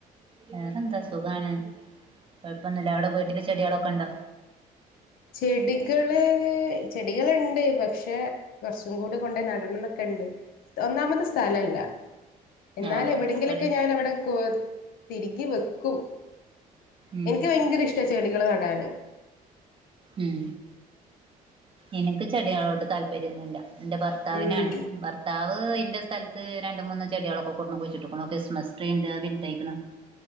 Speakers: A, on the right (about 35°); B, on the left (about 75°).
A: വേറെന്താ സുഖാണ്, കുഴപ്പൊന്നുമില്ല അവിടെ വീട്ടില് ചെടികളൊക്കെ ഉണ്ടോ
B: ചെടികള്, ചെടികളുണ്ട് പക്ഷെ കുറച്ചും കൂടി കൊണ്ടേ നടണം എന്നൊക്കെ ഉണ്ട്, ഒന്നാമത് സ്ഥലം, ഇല്ല എന്നാൽ
A: ആഹ്
B: എവിടെങ്കിലൊക്കെ
A: പടി
B: ഞാൻ അവിടെ തിരികി വെക്കും
A: ഉം
B: എനിക്ക് ഭയങ്കര ഇഷ്ട ചെടികൾ നടാന്
A: ഉം എനിക്ക് ചെടികളോട് താല്പര്യം, ഒന്നുമില്ല എന്റെ ഭർത്താവിനാണ്.
B: ഉം
A: ഭർത്താവ് ഇന്റെ സ്ഥലത്ത് രണ്ടു മൂന്ന് ചെടികളൊക്കെ കൊണ്ട് കുഴിച്ചിട്ടുക്ക്‌ ണു ക്രിസ്മസ് ട്രീ ഉണ്ട് വലുതക്കണ്